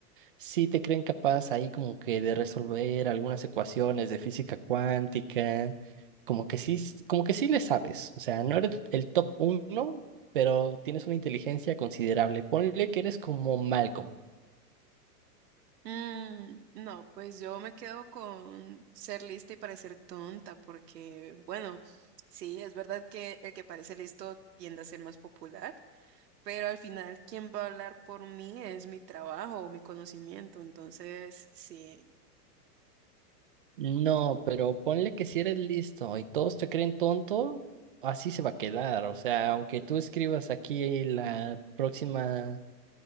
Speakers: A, on the right (about 35°); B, on the right (about 80°).
A: sí te creen capaz ahí como que de resolver algunas ecuaciones de física cuántica, como que sí, s- como que sí le sabes, o sea, no eres el top uno, pero tienes una inteligencia considerable. Ponle que eres como Malcolm.
B: Mm, no, pues yo me quedo con ser lista y parecer tonta, porque bueno, sí, es verdad que el que parece listo tiende a ser más popular, pero al final quien va a hablar por mí es mi trabajo o mi conocimiento, entonces sí,
A: No, pero ponle que si eres listo y todos te creen tonto, así se va a quedar. O sea, aunque tú escribas aquí la próxima